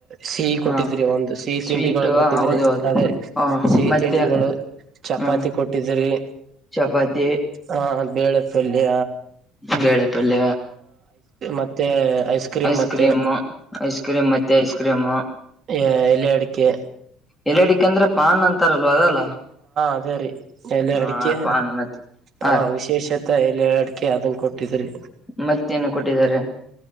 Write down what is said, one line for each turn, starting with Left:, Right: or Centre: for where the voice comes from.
Right: ಸಿಹಿ ಕೊಟ್ಟಿದ್ರಿ
Centre: ಹ
Right: ಒಂದು ಸಿಹಿ
Centre: ಸ್ವೀಟು
Right: ತಿಂಡಿಗಳು ಕೊಟ್ಟಿದ್ರಿ
Centre: ಹೌದೌದು
Right: ಅದೇ
Centre: ಹ
Right: ಸಿಹಿ
Centre: ಮತ್ತೆ
Right: ತಿಂಡಿಗಳು ಚಪಾತಿ
Centre: ಹ
Right: ಕೊಟ್ಟಿದ್ರಿ
Centre: ಚಪಾತಿ
Right: ಹ ಕಲ್ಲಿಯ
Centre: ಬಳೆಪಲ್ಲ
Right: ಮತ್ತೆ ಕ್ರೀಮ್
Centre: ಐಸ್
Right: ಮತ್ತೆ
Centre: ಕ್ರೀಮು ಐಸ್ ಕ್ರೀಮ್ ಮತ್ತೆ ಐಸ್ ಕ್ರೀಮು
Right: ಎಲ್ಲಿಾಡಕ್ಕೆ
Centre: ಎಲ್ಲಡಿಕ ಅಂದ್ರೆ ಪಾನ್ ಅಂತಾರಲ್ವ ಅದಲ್ಲ
Right: ಅದೇ ರೀ ಎಲೆ
Centre: ಹ
Right: ಅಡಿಕೆ
Centre: ಪಾನ್ ಮತ್ತೆ ಹಾ
Right: ಹ
Centre: ರೀ
Right: ವಿಶೇಷತ ಎಲೆ ಅಡಿಕೆ ಅದನ್ ಕೊಟ್ಟ ಕೊಟ್ಟಿದ್ರಿ
Centre: ಮತ್ತೇನು ಕೊಟ್ಟಿದ್ದಾರೆ